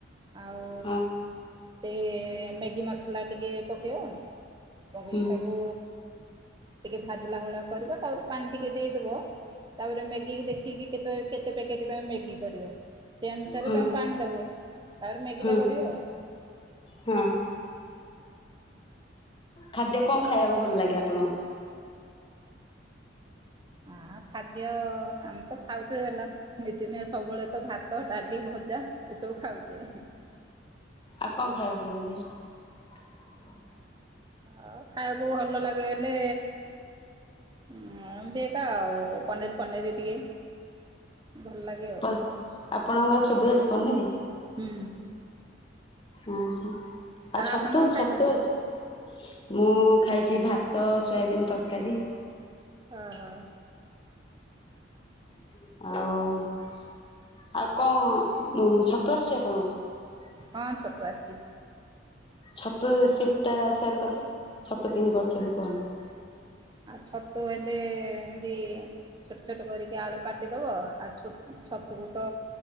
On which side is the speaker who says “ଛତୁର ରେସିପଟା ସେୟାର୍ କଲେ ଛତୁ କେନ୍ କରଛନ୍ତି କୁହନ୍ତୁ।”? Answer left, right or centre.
Left